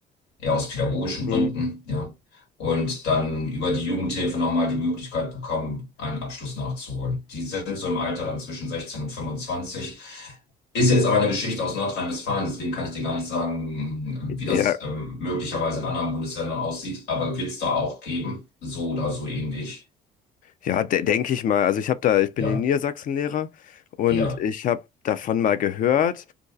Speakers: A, on the left (about 80°); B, on the left (about 50°).
A: ja, aus pädagogischen
B: Hm.
A: Gründen, ja. Und dann über die Jugendhilfe nochmal die Möglichkeit bekommen, einen Abschluss nachzuholen. Die sind so im Alter dann zwischen 16 und 25. Ist jetzt aber eine Geschichte aus Nordrhein-Westfalen, deswegen kann ich dir gar nicht sagen, wie
B: Ja,
A: das ähm, möglicherweise in anderen Bundesländern aussieht, aber wird es da auch geben, so oder so ähnlich.
B: ja, de denke ich mal. Also ich habe da, ich
A: Ja,
B: bin in Niedersachsen Lehrer und
A: ja,
B: ich habe davon mal gehört.